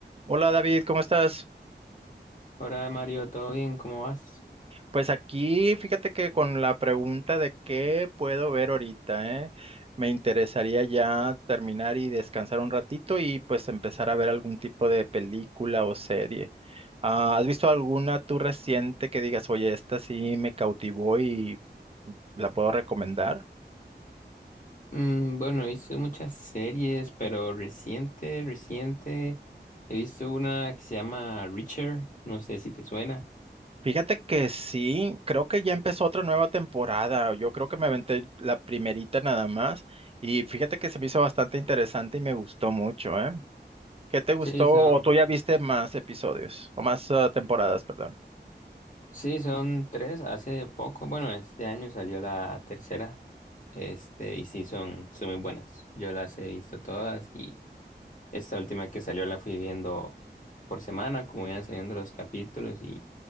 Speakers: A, on the right; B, on the left.
A: Hola David, ¿cómo estás?
B: Hola Mario, ¿todo bien? ¿Cómo vas?
A: Pues aquí, fíjate que con la pregunta de qué puedo ver ahorita, ¿eh? Me interesaría ya terminar y descansar un ratito y pues empezar a ver algún tipo de película o serie. Ah, ¿has visto alguna tú reciente que digas, oye, esta sí me cautivó y la puedo recomendar?
B: Mm, bueno, he visto muchas series, pero reciente, reciente, he visto una que se llama Reacher, no sé si te suena.
A: Fíjate que sí, creo que ya empezó otra nueva temporada. Yo creo que me aventé la primerita nada más y fíjate que se me hizo bastante interesante y me gustó mucho, ¿eh? ¿Qué te gustó
B: Sí, son,
A: o tú ya viste más episodios o más ah, temporadas, perdón?
B: sí, son tres, hace poco, bueno, este año salió la tercera, este, y sí, son, son muy buenas. Yo las he visto todas y esta última que salió la fui viendo por semana, como iban saliendo los capítulos y